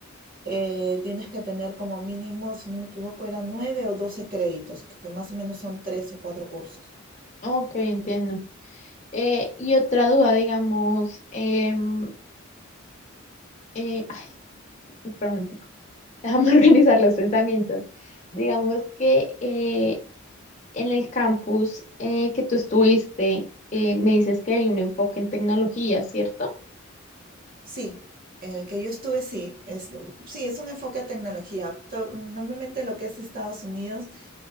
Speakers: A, on the right; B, on the left.
A: eh, tienes que tener como mínimo, si no me equivoco, eran nueve o doce créditos, que, que más o menos son tres o cuatro cursos.
B: Ok, entiendo. Eh, y otra duda, digamos, em, eh, ay, espera un momentico. <laughs> Déjame organizar los pensamientos. Digamos que eh, en el campus eh, que tú estuviste, eh, me dices que hay un enfoque en tecnología, ¿cierto?
A: Sí, en el que yo estuve, sí, es, sí, es un enfoque a tecnología. To- Normalmente lo que es Estados Unidos